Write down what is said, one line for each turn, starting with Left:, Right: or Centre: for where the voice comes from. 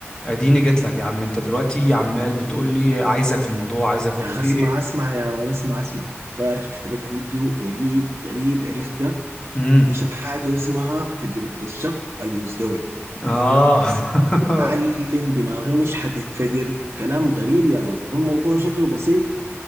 Left: اديني جيت لك يا عم انت دلوقتي عمال بتقول لي عايزك في موضوع عايزك في
Right: يا
Left: موضوع
Right: أخي
Left: في
Right: اسمع
Left: ايه
Right: اسمع يا مان اسمع اسمع امبارح شفت لك فيديو غريب غريب عرفته
Left: امم
Right: بيشرح حاجة اسمها تجربة الشق المزدوج
Left: اه <laughs>
Right: يا معلم دماغي مش حتنفجر كلام غريب يا مان هو الموضوع شكله بسيط